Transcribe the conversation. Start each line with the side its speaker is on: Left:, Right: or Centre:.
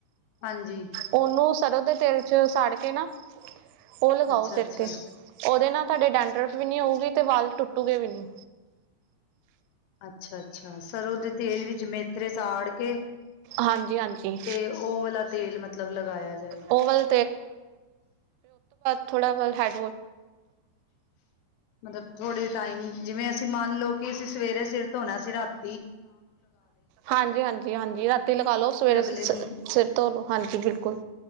Left: ਹਾਂਜੀ
Right: ਉਹਨੂੰ ਸਰੋਂ ਦੇ ਤੇ ' ਸਾੜ ਕੇ ਨਾ ਉਹ ਲਗਾਓ
Left: ਅੱਛਾ
Right: ਸਿਰ
Left: ਅੱਛਾ
Right: ਤੇ ਉਹਦੇ ਨਾਲ ਤੁਹਾਡੇ ਡੈਂ ਡਰਫ ਵੀ ਨੀ ਆਊਗੀ ਤੇ ਵਾਲ ਟੁੱਟੂਗੇ ਵੀ ਨੀ
Left: ਅੱਛਾ ਅੱਛਾ ਸਰੋਂ ਦੇ ਤੇਲ ਵਿਚ ਮੇਥਰੇ ਸਾੜ ਕੇ
Right: ਹਾਂਜੀ ਹਾਂਜੀ
Left: ਤੇ ਉਹ ਵਾਲਾ ਤੇਲ ਮਤਲਬ ਲਗਾਇਆ ਜਾਏ
Right: ਉਹ ਵਾਲਾ ਥੋੜਾ ਬਤ ਹ
Left: ਮਤਲਬ ਥੋੜੇ ਟਾਈਮ ਜਿਵੇਂ ਅਸੀਂ ਮੰਨਲਓ ਕਿ ਅਸੀਂ ਸਵੇਰੇ ਸਿਰ ਧੋਣਾ ਸੀ ਰਾਤ
Right: ਹਾਂਜੀ ਹਾਂਜੀ ਹਾਂਜੀ ਰਾਤੀ ਲਗਾ ਲੋ ਸਵੇਰੇ
Left: ਤੇ ਅਗਲੇ
Right: ਸਿਰ
Left: ਦਿਨ
Right: ਤੋਂ ਚਲੋ ਹਾਂਜੀ ਬਿਲਕੁਲ